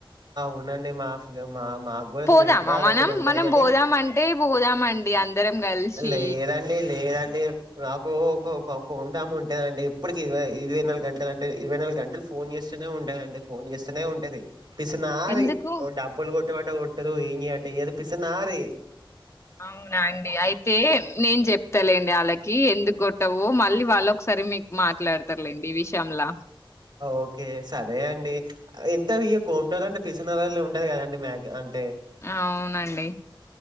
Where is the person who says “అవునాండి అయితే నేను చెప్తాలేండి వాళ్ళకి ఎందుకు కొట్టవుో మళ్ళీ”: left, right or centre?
Left